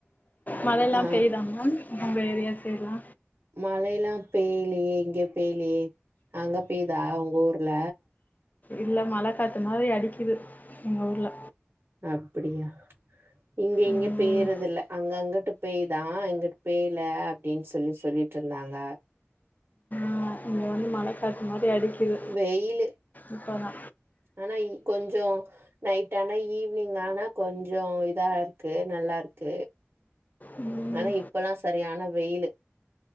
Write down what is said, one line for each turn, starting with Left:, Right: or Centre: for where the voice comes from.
Left: மழயெல்லா
Right: ஆ
Left: பெய்தா மேம் உங்க ஏரியா பேர்லா
Right: மழயெல்லா பெய்லியே இங்க பெய்லியே அங்க பெய்தா உங்க ஊர்ல
Left: இல்ல மழ காத்து மாதிரி அடிக்குது எங்க ஊர்ல
Right: அப்டியா இங்கே இங்கே
Left: உம்
Right: பெய்றதில்ல அங்கங்க அங்குட்டு பெய்தா இங்குட்டு பெய்ல அப்டின் சொல்லிசி சொல்லிட்டிருந்தாங்க
Left: காத்து இங்க வந்து மழக்காத்து மாரி அடிக்கிது
Right: வெயிலு.
Left: இப்ப தா
Right: ஆனா இனிக் கொஞ்சோ நைட்டானா ஈவி்னிங்கானா கொஞ்சோ இதாருக்கு நல்லாருக்கு
Left: உம்
Right: ஆனா இப்பல்லா சரியான வெயிலு